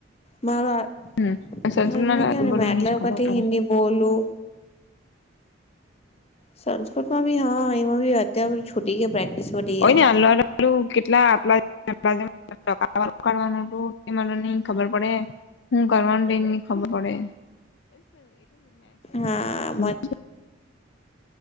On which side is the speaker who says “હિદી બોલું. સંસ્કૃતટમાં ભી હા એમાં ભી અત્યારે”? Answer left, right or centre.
Left